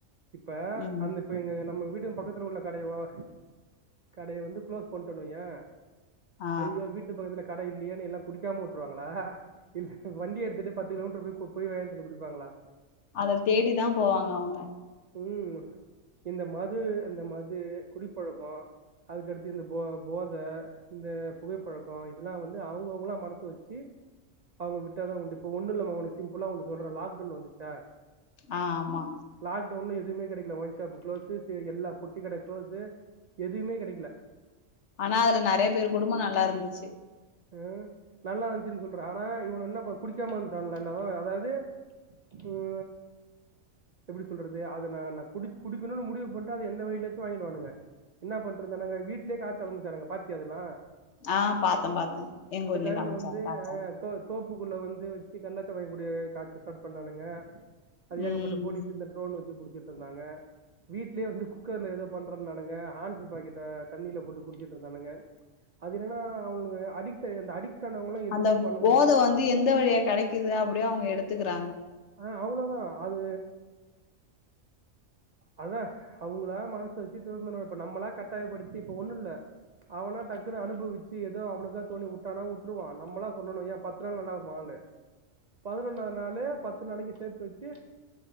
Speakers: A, on the right (about 50°); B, on the left (about 60°).
A: இப்ப
B: ம்
A: அந்த இப்ப எங்க நம்ம வீட்டுங் பக்கத்துல உள்ள கடையவோவ கடைய வந்து குளோஸ் பண்ட்டோன் வெய்யே
B: ஆ
A: அய்யய்யோ வீட் டுக் பக்கத்துல கட இல்லியேனு எல்லா குடிக்காம உட்ருவாங்களா? இல்ல வண்டி எடுத்துட்டு பத்து கிலோமீட்ரு போய் கொ போய் வாய்ன்டு வந்து குடிப்பாங்களா?
B: அத தேடி தா போவாங்க அவுங்க.
A: ம் இந்த மது இந்த மது குடிப்பழக்கோ அதுக்கடுத்து இந்த போ போத இந்த புகைப்பழக்கோ இதுல்லா வந்து அவுங்கவுங்கலா மனசு வெச்சி அவுங்க விட்டாதா உண்டு. இப்ப ஒன்னு இல்லமா உனுக் சிம்பிளா ஒன்னு சொல்றே லாக்டவுன் வந்துச்சா?
B: ஆ ஆமா.
A: லாக்டவுன்ல எதுவுமே கெடைக்கல ஒயின் ஷாப் குளோஸு சே எல்லா பொட்டி கட குளோஸு. எதுமே கெடைக்கல.
B: ஆனா அதுல நறையா பேரு குடும்போ நல்லா இருந்துச்சு.
A: அ நல்லா வ ஞ்ச்சின் சொல்ற ஆனா இவுனுக என்ன ப குடிக்கா இந்துட்டான்களா எல்லாவு அதாவ்து உ எப்டி சொல்றது அதுல நா நா குடி குடிக்குணுனு முடிவு பண்ட்டா அது எந்த வகையிலாச்சு வாங்கிடுவானுங்க. என்னா பண்ட்ருந்தானுங்க வீட்லியே காச்ச ஆரம்ச்சானுங்க பாத்தியா அதுல்லா?
B: ஆ பாத்தே பாத்தே எங் ஊர்லியு
A: டைம்ல
B: காம்சாங்க
A: வந்து
B: பாத்தே.
A: தோ தோப்புக்குள்ள வந்து வெச்சி கள்ளச்சாராயோ கூடி காச்ச ஸ்டாட் பண்ணானுங்க அது
B: ம்
A: ஏகப்பட்ட போலீ இந்த ட்ரோன் வச்சு புடுச்சுட்டு இருந்தாங்க வீட்லயே வந்து குக்க குக்கர்ல எதோ பண்றன்னானுங்க ஹான்சு பாக்கெட்ட தண்ணில போட்டு குடுச்சுட்டு இருந்தானுங்க அதுன்னன்னா அவங்களுக்கு அடிக்ட் இருந்த அடிக்ட் ஆனவங்களா எதுமே
B: அந்த
A: பண்ண
B: போத
A: முடியாது
B: வந்து எந்த வழியா கெடைக்குது அப்டியோ அவங்க எடுத்துக்குறாங்க
A: ஆ அவ்ளோதா அது அதா அவங்களா மனசு வெச்சு திருந்தனு இப்ப நம்மளா கட்டாயப்படுத்தி இப்ப ஒண்ணுல்ல அவனா டக்குன்னு அனுபவிச் ச்சி ஏதோ அவனுக்க தோனி வுட்டானா வுட்ருவா நம்மள சொன்னோனுவையே பத்து நாள் நல்லா இருப்பா ஆளு பதினொன்னாவது நாளு பத்து நாளைக்கு சேத்து வச்சு